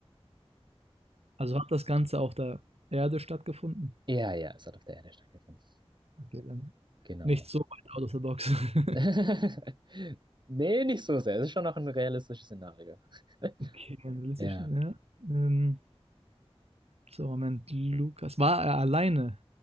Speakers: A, on the right (about 70°); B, on the right (about 45°).
A: Also hat das Ganze auf der Erde stattgefunden?
B: Ja, ja, es hat auf der Erde stattgefunden.
A: Okay, dann
B: Genau.
A: nicht so weit out of the box. <laughs>
B: <laughs> Nee, nicht so sehr. Es ist schon noch ein realistisches Szenario. <laughs>
A: okay, realistisch,
B: Ja.
A: ja. Ähm, so, Moment, Lukas. War er alleine?